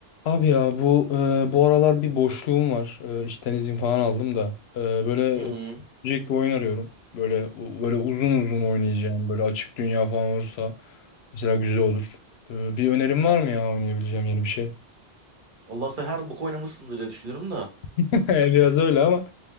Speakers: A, on the left; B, on the right.
A: Abi ya bu e, bu aralar bir boşluğum var. E, işten izin falan aldım da. E, böyle
B: Hmm.
A: e, bir oyun arıyorum. Böyle u- böyle uzun uzun oynayacağım. Böyle açık dünya falan olursa mesela güzel olur. E, bir önerim var mı ya oynayabileceğim yeni bir şey?
B: Vallahi sen her boku oynamışsındır diye düşünüyorum da.
A: <laughs> Biraz öyle ama.